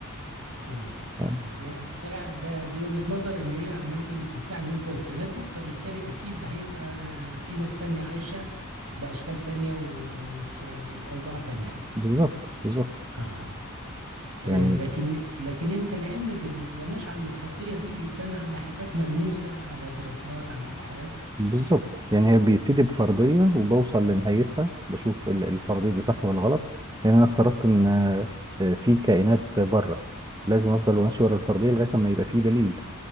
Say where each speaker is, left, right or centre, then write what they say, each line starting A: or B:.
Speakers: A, on the right; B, on the right.
A: تمام
B: آه،
A: تمام إيه ده ده دي وجهة نظر ان هي عملية الاتساع النسبة والتناسب فبالتالي اكيد هيبقى في ناس تانية عايشة باشكال تانية و- وفي اوضاع تانية
B: بالظبط بالظبط
A: اه آه،
B: يعني
A: لكن لكن انت العلم ما بيتبناش على الفرضية دي بيتبنى على حاجات ملموسة على دراسات على ابحاث
B: بالظبط يعني هي بيبتدي بفرضية وبوصل لنهايتها بشوف ال- الفرضية دي صح ولا غلط يعني أنا افترضت إن آه، آه، في كائنات بره لازم أفضل ماشي ورا الفرضية لغاية ما يبقى في دليل